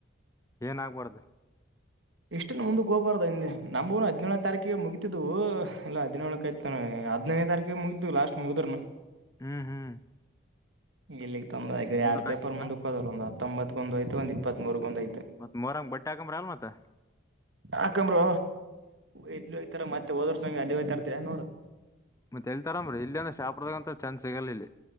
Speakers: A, on the left (about 15°); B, on the right (about 75°).
A: ಏನ ಆಾಗಬಾರ್ದು
B: ಇಷ್ಟ ಮುಂದ ಹೋಗಬಾರ್ದ ನಂಬ್ನು ಹದಿನೇಳ ತಾರೀಕಿಗೆ ಮುಗಿತಿದ್ವು ಇಹದ್ನೇಳಕ ಆಯತ ಹದಿನನೇ ತಾರೀಕಿಗೆ ಮುಗಿದ್ದು ಲಾಸ್ಟ್ ಮುಗಿದ್ರನು
A: ಹ್ಮ್ ಹ್ಮ್
B: ಇಲ್ಲಿಕ್ ತಂದಯ
A: ಮುಂದಕ್
B: ಎರಡ್ ಪೇಪ
A: ಹಾಕಿನ
B: ಮುಂದ ಹೋದ ಒಂದ ಹತ್ತೊಂಬತ್ರರೋ ಯ್ಒಂದ ಇಪ್ಪತ್ರು ಗೊಂದ ಐ
A: ಮತ್ತ ಮರಂಗ ಬಟ್ಟಾ ಕಮರಲ್ಲ ನತ್ತ
B: ಆಕಂಬ್ರ ಇಲ್ಲಿ ಹಯ್ತಾರ ಮತ್ತೆ ಹೋದೋರ್ ಸಂಗ ಅಲ್ಲಿ ಹಯ್ತರ್ತ ನೋಡು
A: ಮತ್ತತ್ ಹೇತಾರ ಅರಿ ಇಲ್ಲಿಂದ್ರ ಶಾಪದಾಗ ಅಂತ ಚಾನ್ ಸಿಗಲ್ ಇಲ್ಲಿ